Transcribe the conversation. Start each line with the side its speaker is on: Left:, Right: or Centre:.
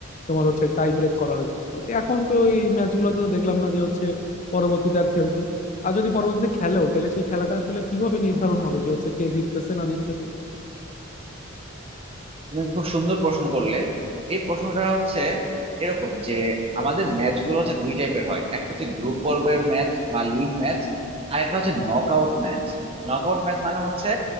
Left: তোমার হচ্ছে টাই ব্রেক করা হইতো তো এখন তো এই ম্যাচগুলোতে তো দেখলাম না যে হচ্ছে পরবর্তীতে আর খেলতে আর যদি পরবর্তীতে খেলেও তাহলে সেই খেলাটা আসলে কিভাবে নির্ধারণ হবে যে হচ্ছে কে জিততেছে না জিততেছে
Right: তুমি একটা খুব সুন্দর প্রশ্ন করলে এই প্রশ্নটা হচ্ছে এরকম যে আমাদের ম্যাচ গুলো হচ্ছে দুই টাইপের হয় একটা হচ্ছে গ্রুপ পর্বের ম্যাচ বা লিগ ম্যাচ আর একটা হচ্ছে নকআউট ম্যাচ নকআউট ম্যাচ মানে হচ্ছে